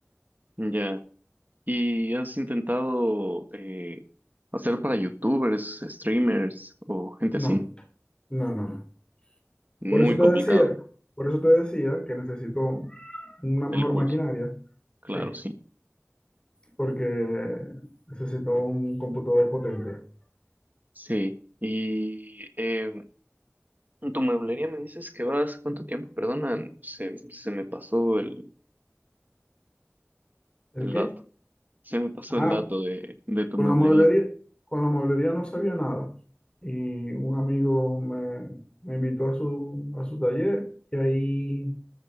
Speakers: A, on the right (about 40°); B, on the left (about 20°).
A: ya. ¿Y has intentado eh, hacer para youtubers, streamers o gente
B: No,
A: así?
B: no, no, no.
A: Muy
B: Por eso te
A: complicado
B: decía, por eso te decía que necesito una mejor
A: el curso,
B: maquinaria,
A: claro,
B: sí,
A: sí.
B: porque necesito un computador potente.
A: Sí. Y eh, En tu mueblería me dices que vas, ¿cuánto tiempo? Perdona, se, se me pasó el,
B: ¿El
A: el
B: qué?
A: dato. Se me pasó
B: Ah,
A: el dato de, de tu
B: con
A: mueblería.
B: la mueblería, con la mueblería no sabía nada. Y un amigo me, me invitó a su, a su taller y ahí,